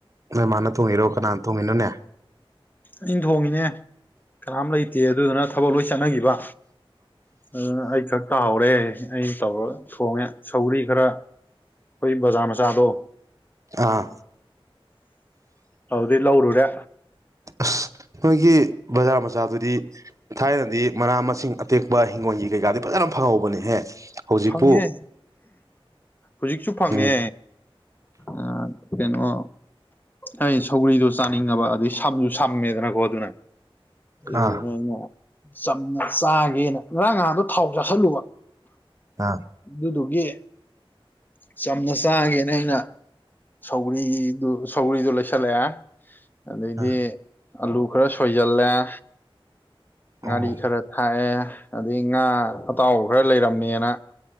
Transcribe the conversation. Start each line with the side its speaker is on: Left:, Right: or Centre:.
Right: ꯅꯣꯏ ꯃꯥꯅ ꯊꯣꯡꯉꯤꯔꯣ ꯀꯥꯅꯥꯟ ꯇꯣꯡꯉꯤꯅꯣꯅꯦ
Left: ꯑꯩꯅ ꯊꯣꯡꯉꯤꯅꯦ ꯀꯅꯥꯝ ꯂꯩꯇꯦ ꯑꯗꯨꯗꯨꯅ ꯊꯕꯛ ꯂꯣꯏꯁꯤ ꯆꯠꯅꯒꯤꯕ ꯑꯗꯨꯅ ꯑꯩ ꯈꯛ ꯇꯥꯎꯔꯦ ꯑꯩꯅ ꯇꯧꯔꯒ ꯊꯣꯡꯉꯦ ꯁꯧꯔꯤ ꯈꯔ ꯈꯣꯏ ꯕꯥꯖꯔ ꯃꯆꯥꯥꯗꯣ
Right: ꯑꯥ
Left: ꯑꯗꯨꯗꯩꯩ ꯂꯧꯔꯨꯔꯦ
Right: ꯑꯁ ꯈꯣꯏꯒꯤ ꯕꯖꯥꯔ ꯃꯆꯥꯗꯨꯗꯤ ꯊꯥꯏꯅꯗꯤ ꯃꯅꯥ ꯃꯁꯤꯡ ꯑꯇꯦꯛꯄ ꯍꯤꯡꯒꯣꯜꯒꯤ ꯀꯩꯀꯥꯗꯤ ꯐꯖꯅ ꯐꯪꯍꯧꯕꯅꯦꯍꯦ ꯍꯧꯖꯤꯛꯄꯨ
Left: ꯐꯪꯉꯦ ꯍꯧꯖꯤꯛꯁꯨ ꯐꯪꯉꯦ
Right: ꯎꯝ
Left: ꯑꯥ ꯀꯩꯅꯣ ꯑꯩ ꯁꯧꯒ꯭ꯔꯤꯗꯣ ꯆꯥꯅꯤꯡꯉꯥꯕ ꯑꯗꯩ ꯁꯝꯁꯨ ꯁꯝꯃꯦꯗꯅꯀꯣ ꯑꯗꯨꯅ <unintelligible>
Right: ꯑꯥ
Left: ꯆꯝꯅ ꯆꯥꯒꯦꯅ ꯉꯔꯥꯡ ꯉꯍꯥꯡꯗꯣ ꯊꯥꯎ ꯆꯥꯥꯁꯜꯂꯨꯕ꯫
Right: ꯑꯥ
Left: ꯑꯗꯨꯗꯣ꯫ ꯒꯤ ꯆꯝꯅ ꯆꯥꯒꯦꯅ ꯑꯩꯅ ꯁꯧꯒꯔ꯭ꯤ ꯗꯨ ꯁꯧꯒꯔ꯭ꯤ ꯗꯨ ꯂꯩꯣꯏꯁꯜꯂꯛꯑꯦ꯫ ꯑꯗꯩꯗꯤ
Right: ꯑꯥ
Left: ꯑꯂꯨ ꯈꯔ ꯁꯣꯏꯖꯜꯂꯦ꯫ ꯑ ꯉꯔꯤ
Right: ꯑꯣ
Left: ꯈꯔ ꯊꯥꯛꯑꯦ꯫ ꯑꯗꯒꯤ ꯉꯥ ꯑꯇꯥꯎꯕ ꯈꯔ ꯂꯩꯔꯝꯃꯦꯅ